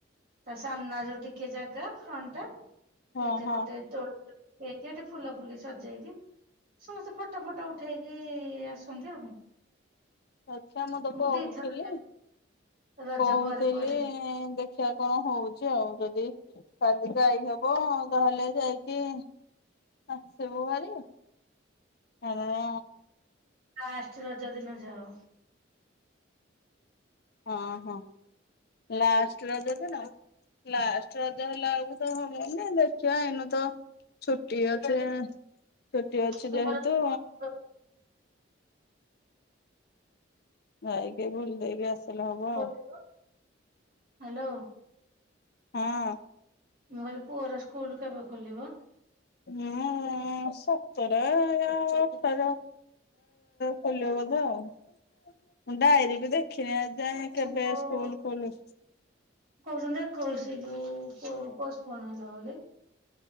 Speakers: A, on the right; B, on the left.
A: ତାସମ୍ନା ଯଉ ଟିକେ ଜାଗା ଫ୍ରଣ୍ଟା ସେଇଟା
B: ହଁ ହଁ
A: ଗୋଟେ ଦୋଳି ଏଗ୍ଜାଟେ ଫୁଲ ଫୁଲିସ୍ ସଜେଇକି ସମସ୍ତେ ଫଟୋ ଫଟୋ ଉଠେଇକି ଆସନ୍ତି ଆଉ କଣ।
B: ଆଚ୍ଛା ମୁଁତ
A: ମୁଁ
B: କହୁଥିଲି
A: ଦିଥର ଯାଏ ରଜ
B: କହୁଥିଲି
A: ପରେ ପରେ
B: ଏଦେଖିଆ
A: ଦି
B: କଣ ହଉଚି ଆଉ ଯୋଦି କାଲିି ଯାଇହବ ତାହେଲେ ଯାଇକି ଆସିବୁ ଭାରି ଆମର
A: ଫାଷ୍ଟ ରଜ ଦିନ ଯାଅ।
B: ହଁ ହଁ ଲାଷ୍ଟ ରଜଦିନ? ଲାଷ୍ଟ ରଜ ହେଲା ଆଳୁକୁତ ହବନି ଦେଖି ଦେଖିଆ ଏଇନୁ ତ ଛୁଟି ଅଛି ଛୁଟି ଅଛି
A: ପୁଅର
B: ଯେହେତୁ
A: ସ୍କୁଲ
B: ଯାଇକି ବୁଲି ଦେଇକି ଆସିଲେ ହବ
A: ଖୋଲିବ
B: ଆଉ।
A: ହ୍ୟାଲୋ
B: ହଁ।
A: ମୁଁ କହିଲି ପୁଅ ର ସ୍କୁଲ କେବେ ଖୋଲିବ?
B: ଉଁ ସତର ୟା ଅଠର। ଖୋଲିବ ବୋଧେ ଆଉ। ମୁଁ ଡାଏରୀ ବି ଦେଖିନି ଏଯାଏ
A: କହୁଛୁ
B: କେବେ ସ୍କୁଲ ଖୋଲୁ
A: କହୁଛନ୍ତି ଏକୋଇଶି କୁ ପୋଷ୍ଟପୋଣ୍ଡ ହେଲା ବୋଲି।